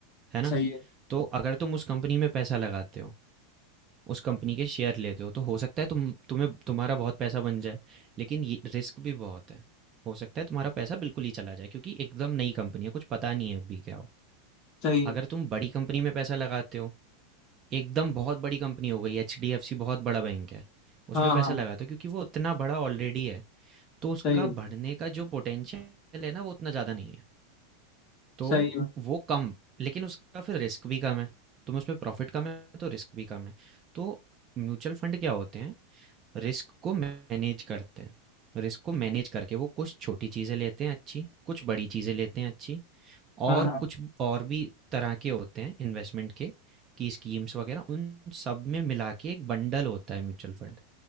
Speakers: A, on the right; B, on the left.
A: है ना
B: सही है
A: तो अगर तुम उस कंपनी में पैसा लगाते हो उस कंपनी के शेयर लेते हो तो हो सकता है तुम तुम्हें तुम्हारा बहुत पैसा बन जाए लेकिन ये रिस्क भी बहुत है हो सकता है तुम्हारा पैसा बिल्कुल ही चला जाए क्योंकि एकदम नई कंपनी है कुछ पता नहीं है अभी क्या हो
B: सही है
A: अगर तुम बड़ी कंपनी में पैसा लगाते हो एकदम बहुत बड़ी कंपनी हो गई एच डी एफ सी बहुत बड़ा बैंक है
B: हाँ
A: उसमें पैसा
B: हाँ हाँ,
A: लगाते हो क्योंकि वो उतना बड़ा ऑलरेडी है तो उसका
B: सही है
A: बढ़ने का जो पोटेंशियल है ना वो उतना ज़्यादा नहीं है तो
B: सही है
A: वो कम लेकिन उसका फिर रिस्क भी कम है तुम उसमें प्रॉफिट कम है तो रिस्क भी कम है तो म्यूचुअल फंड क्या होते हैं रिस्क को मैनेज करते हैं रिस्क को मैनेज करके वो कुछ छोटी चीज़ें लेते हैं अच्छी कुछ बड़ी चीज़ें लेते हैं अच्छी
B: हाँ
A: और
B: हाँ
A: कुछ और भी तरह के होते हैं इन्वेस्टमेंट के की स्कीम्स वगैरह उन सब में मिला के एक बंडल होता है म्यूचुअल फंड